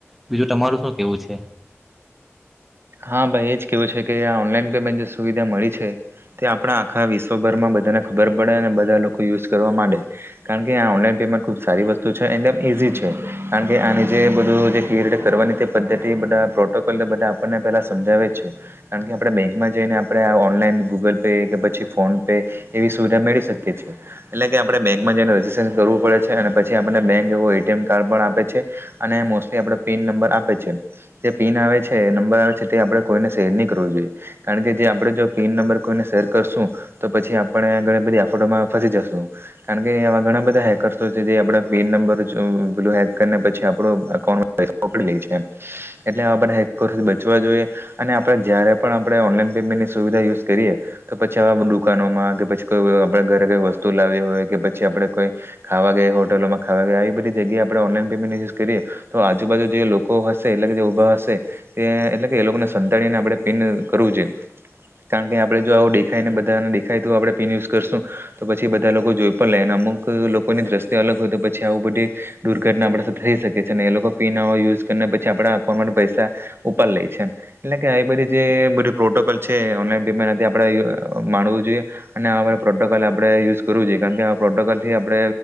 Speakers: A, in the centre; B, on the right.
A: બીજું તમારું શું કેવું છે?
B: હા! ભાઈ એ જ કેવું છે કે આ ઓનલાઈન પેમેન્ટ જે સુવિધા મળી છે, તે આપણા આખા વિશ્વભરમાં બધાને ખબર પડે અને બધા લોકો યુઝ કરવા માંડે. કારણ કે આ ઓનલાઈન પેમેન્ટ ખૂબ સારી વસ્તુ છે, એકદમ ઈઝી છે, કારણ કે આની જે બધું જે ક્લિયર કરવાની તે પદ્ધતિ બધા પ્રોટોકોલ બધા મને પેલા સમજાવે છે, કારણ કે આપણે બેંકમાં જઈને આપણે આ ઓનલાઈન ગૂગલ પે કે પછી ફોન પે એવી સુવિધા મેળવી શકીએ છીએ. એટલે કે આપણે બેંકમાં જઈને રજિસ્ટ્રેશન કરવું પડે છે અને પછી આપને બેંક એવો એટીએમ કાર્ડ પણ આપે છે. અને મોસ્ટલી આપણે પિન નંબર આપે છે જે પિન આવે છે એ નં બર આવે છે તે આપણે કોઈ ને શેર ની કરવો જોઈએ. કારણ કે, જે આપણે જો પીન નંબર કોઈને શેર કરશું તો પછી આપણે ઘણી બધી આફટોમાં ફસી જશું. કારણ કે આવા ઘણા બધા હેકરશો છે જે આપણા પીન નંબર પેલું હેક કરીને પછી આપણું અકાઉંટ પકડી લે છે એટલે આપણે પવા જોઈએ અને આપણેે જયારે પણ આપણે ઓનલાઈન પેમેન્ટની સુવિધા યુઝ કરીએ, તો પછી દુકાનોમાં, કે પછી કોઈ આપ ઘરેઈ વસ્તુ લાવી હોય, કે પછી આપડે કોઈ ખાવા ગઈ હોટલોમાં ખાવા ગયા, આવી બધી જગ્યા આપણે ઓનલાઈન પેમેન્ટ યુઝ કરીએ તો આજુબાજુ જે લોકો હશે એટલે કે જે ઊભા હશે એટલે કે એ લોકોને સંતાડીીને આપણે પીન કરવું જોઈએ કારણ કે આપડણે જો આવું દેખાયને બધાને દેખાય તો આપણે પીન યુઝ કરશું તો પછી બધા લોકો જોઈ પણ લેને અમુક લોકોની દ્રષ્ટિ અલગ હોય તો પછી આવ બધી દુર્ઘટના આપ સાથે થઈ શકે છે ને એ લોકો પીન યુઝ કરીને પછી આપણા અકાઉન્ટમાં પૈસા ઉપર લેય છે, એટલે કે આવી બધી જે બધી પ્રોટોકોલ છે એ ઓનલાઈન પેમેન્ટથી આપણે માણવું જોઈએ. અને આવા બધા પ્રોટોકોલ આપણે યુઝ કરવું જોઈએ. કારણ કે, આ પ્રોટોકોલથી આપણે